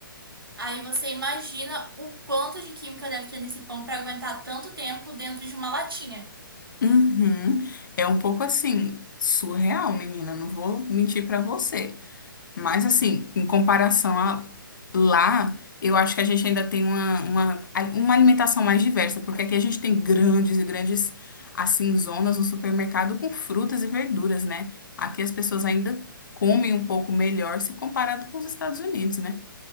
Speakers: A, on the right; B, on the left.
A: Aí você imagina o quanto de química deve ter nesse pão para aguentar tanto tempo dentro de uma latinha.
B: Uhum. É um pouco assim, surreal, menina. Não vou mentir pra você. Mas assim, em comparação a lá, eu acho que a gente ainda tem uma, uma, uma alimentação mais diversa, porque aqui a gente tem grandes e grandes, assim, zonas no supermercado com frutas e verduras, né? Aqui as pessoas ainda comem um pouco melhor se comparado com os Estados Unidos, né?